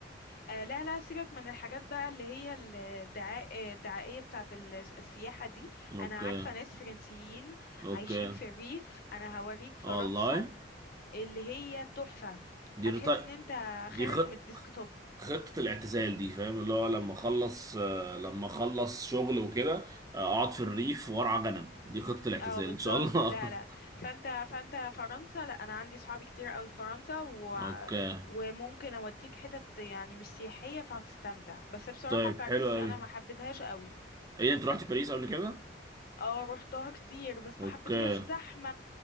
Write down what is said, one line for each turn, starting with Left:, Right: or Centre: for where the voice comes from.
Left: آه لا لا سيبك من الحاجات بقى اللي هي الدعاء آه، الدعائية بتاعت ال- السياحة دي
Right: اوكي
Left: أنا عارفة ناس فرنسيين
Right: اوكي
Left: عايشين في الريف أنا هوريك فرنسا
Right: والله
Left: اللي هي تحفة
Right: دي
Left: هتحس
Right: رط...
Left: إن أنت خارج
Right: دي خ...
Left: من الديسكتوب
Right: خطه الاعتزال دي فاهم اللي هو لما اخلص آه، لما اخلص شغل وكده آه، اقعد في الريف وارعى غنم دي خطه الاعتزال
Left: اه بالظبط
Right: ان شاء الله
Left: لا لا فانت فانت فرنسا لا انا عندي صحابي كتير قوي في فرنسا و...
Right: <laughs> اوكي
Left: وممكن اوديك حتت يعني مش سياحية فهتستمتع بس بصراحة
Right: طيب
Left: باريس
Right: حلو قوي
Left: انا ما حبيتهاش قوي
Right: ايه انت رحت باريس قبل كده
Left: اه روحتها كتير بس
Right: اوكي
Left: ما حبيتهاش زحمة